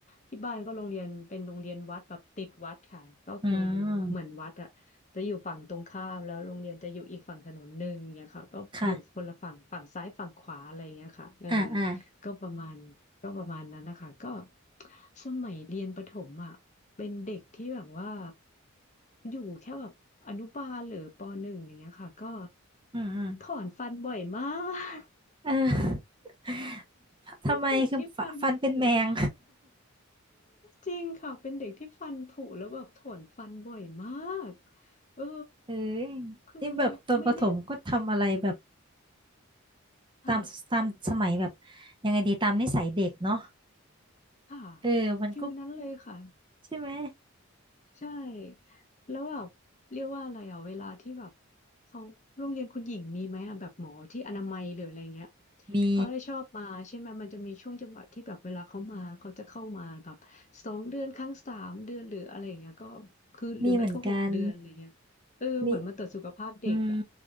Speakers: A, on the left (about 35°); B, on the right (about 25°).
A: ที่บ้านก็โรงเรียนเป็นโรงเรียนวัดแบบติดวัดค่ะก็คือ
B: อืม
A: เหมือนวัดอะจะอยู่ฝั่งตรงข้ามแล้วโรงเรียนจะอยู่อีกฝั่งถนนหนึ่งเนี่ยค่ะก็อยู่คนละฝั่งฝั่งซ้ายฝั่งขวาอะไรอย่างเงี้ยค่ะเออ
B: ค่ะอ่าอ่า
A: ก็ประมาณ ก็ประมาณนั้นนะคะก็สมัยเรียนประถมอ่ะเป็นเด็กที่แบบว่าอยู่แค่แบบอนุบาลหรือปหนึ่งอย่างเงี้ยค่ะก็
B: อืมอืม
A: ถอนฟันบ่อยมาก
B: เออ <laughs> ทำไมคือฟฟันเป็นแมง
A: เด็กที่ฟันผุจริงค่ะเป็นเด็กที่ฟันผุแล้วแบบถอนฟันบ่อยมากเออ
B: เอ้ย
A: คือไม่แน่
B: นี่แบบตอนประถมก็ทำอะไรแบบ
A: ค่ะ
B: ตามตามสมัยแบบยังไงดีตามนิสัยเด็กเนาะ
A: ค่ะ
B: เออ มันก็
A: ฟิลนั้นเลยค่ะ
B: ใช่ไหม
A: ใช่แล้วแบบเรียกว่าอะไรอ่ะเวลาที่แบบเขาโรงเรียนคุณหญิงมีไหมอ่ะแบบหมอที่อนามัยหรืออะไรเงี้ย
B: มี
A: เขาให้ชอบมาใช่ไหมมันจะมีช่วงจังหวะที่แบบเวลาเขามาเขาจะเข้ามาแบบสองเดือนครั้งสามเดือนหรืออะไรอย่างเงี้ยก็คือหรือไม่ก็หกเดือนอะไรเงี้ยเออเหมือนมาตรวจสุขภาพเด็กอ่ะ
B: มีเหมือนกันมี อืม